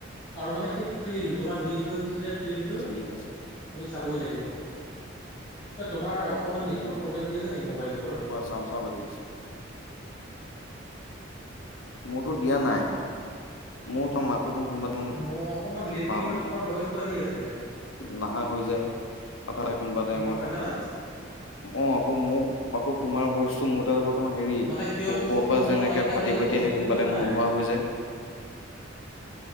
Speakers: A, on the left; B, on the left.
A: আৰু মানে কি থ্ৰিল তোমাক দি থৈ গুচি যায় থ্ৰিলটো
B: ঠিক আছে
A: তুমি চাবই লাগিব ন তোমাৰ অকণমান
B: তুমি
A: নেটৱৰ্ক প্ৰব্লেম দি আছে নেকি মোবাইলটো বাৰু
B: চাও চাও লাগি আছে মোৰতো দিয়া নাই মোৰ ত মাতোখন কোনোবা
A: মো অকণমান লেটলি
B: টাইমত
A: মানে তোমাৰ ভইচটো আহি আছে
B: নাহা হৈ যায় হঠাতে কোনোবা টাইমত
A: গম পাইছানে
B: অ আকৌ মোৰ আকৌ তোমাৰ ভইচটো মোৰ আকৌ তোমাৰ হেৰি
A: মানে কিয়
B: কৰ
A: কৈছোঁ
B: কৰ
A: মোৰ
B: পৰা
A: মানে
B: যেনেকে
A: ৱাই ফাইটো
B: ফাটি
A: আজি
B: ফাটি
A: প্ৰব্লেম
B: আহি কোনোবা
A: দিয়া
B: টাইমত
A: নাই
B: নোহোৱা হৈ যায়